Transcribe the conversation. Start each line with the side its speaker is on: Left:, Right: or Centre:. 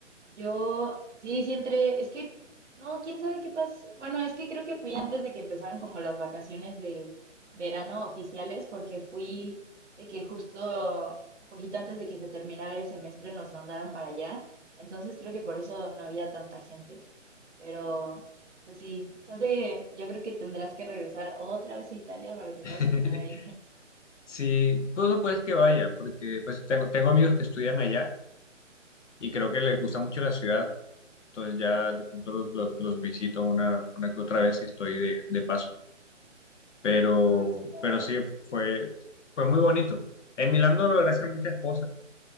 Right: Yo, sí, sí entré, es que, no, quién sabe qué pasó. Bueno, es que creo que fui antes de que empezaran como las vacaciones de verano oficiales, porque fui de que justo un poquito antes de que se terminara el semestre nos mandaron para allá. Entonces creo que por eso no había tanta gente. Pero, pues sí, chance, yo creo que tendrás que regresar otra vez a Italia para que
Left: <laughs>
Right: puedas entrar ahí. <laughs>
Left: Sí, tú no puedes que vaya, porque pues tengo, tengo amigos que estudian allá y creo que les gusta mucho la ciudad. Entonces ya de pronto los, los- los visito una, una que otra vez y estoy de, de paso. Pero,
Right: Ah, qué padre.
Left: pero sí, fue, fue muy bonito. En Milán no logré hacer muchas cosas